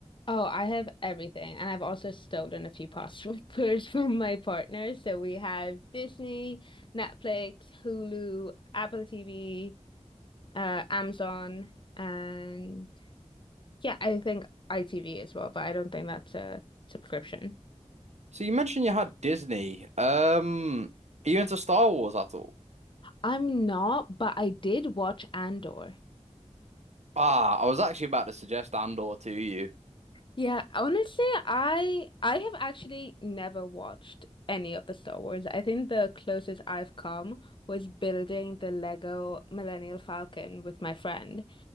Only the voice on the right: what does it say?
So you mentioned you had Disney. Um, are you into Star Wars at all?
Ah, I was actually about to suggest Andor to you.